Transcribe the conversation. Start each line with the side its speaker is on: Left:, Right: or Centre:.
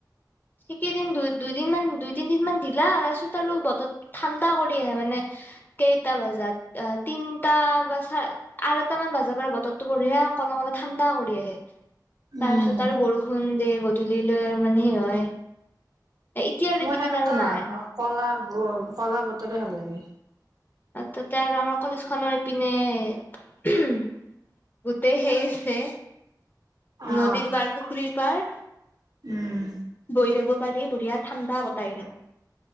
Left: সেইকেইদিন দু দুইদিন মান দুই তিন দিন মান দিলা তাৰপিছত আৰু বতৰ ঠাণ্ডা কৰি আহে মানে কেইটা বজাত অ তিনটা বা চা আঢ়ৈটা মান বজাৰ পৰা বতৰটো বঢ়িয়া কলম অলপ ঠাণ্ডা কৰি আহে তাৰপিছত
Right: উম
Left: আৰু বৰষুণ ওম দে গধূলি লৈ আৰু মানে সেই হয় এতিয়া আৰু এইকেইদিন
Right: মোৰ সেনেকা
Left: আৰু নাই
Right: কলা কলা বতৰে ভাল লাগে
Left: তাতে আৰু আমাৰ কলেজ খনৰ ইপিনে উম গোতে হেইছে
Right: অ
Left: নদীৰ বাৰ পুখুৰীৰ পাৰ
Right: উম
Left: বৈ থাকিব বাহিৰ বঢ়িয়া ঠাণ্ডা বতাই আহি থাকে